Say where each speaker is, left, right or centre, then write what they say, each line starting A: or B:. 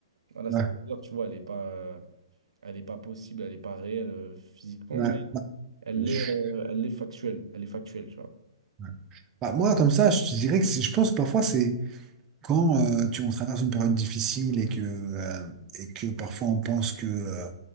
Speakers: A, on the right; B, on the right.
A: voilà,
B: ouais,
A: cette odeur, tu vois, elle est pas, elle est pas possible, elle est pas réelle euh, physiquement,
B: ouais.
A: mais
B: Bah,
A: elle
B: je-
A: est, euh, elle est factuelle, elle est factuelle, tu vois.
B: ouais. Bah, moi, comme ça, je dirais que c'est- je pense que parfois, c'est quand euh, tu, on traverse une période difficile et que, euh, et que parfois on pense que euh,